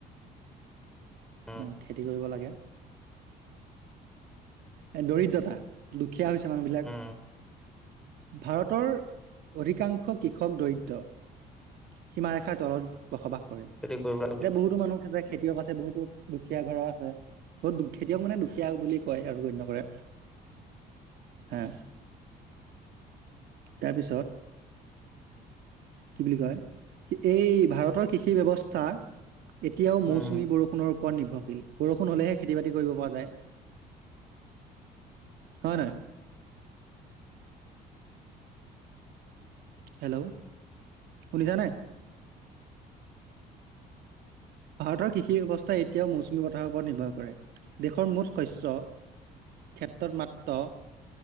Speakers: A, in the centre; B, on the right.
A: উম
B: অ' খেতি কৰিব লাগে। এ দৰিদ্ৰতা, দুখীয়া হৈছে মানুহবিলাক।
A: উম
B: ভাৰতৰ অধিকাংশ কৃষক দৰিদ্ৰ। সীমাৰেখাৰ তলত বসবাস কৰে।
A: খেতি কৰিব লাগে
B: এতিয়া বহুতো মানুহেযে খেতিয়ক আছে, বহুতো দুখ খীয়া ঘৰৰ আছে। বহুত দুখ- খেতিয়ক মানে দুখীয়া বুলি কয়। এ আৰু গণ্য কৰে। হে। তাৰ পিছত। কি বুলি কয় এই ভাৰতৰ কৃষি ব্যৱস্থা। এতিয়াও মৌচুমী
A: উম
B: বৰষুণৰ ওপৰত নিৰ্ভৰশীল বৰষুণ হলেহে খেতি বাতি কৰিব পৰা যায়। হয় নহয়? হেল্ল'? শুনিছানে? ভাৰতৰ কৃষি ব্যৱস্থাই এতিয়াও মৌচুমী বতাহৰ ওপৰত নিৰ্ভৰ কৰে দেশৰ মুঠ শস্য ক্ষেত্ৰত মাত্ৰ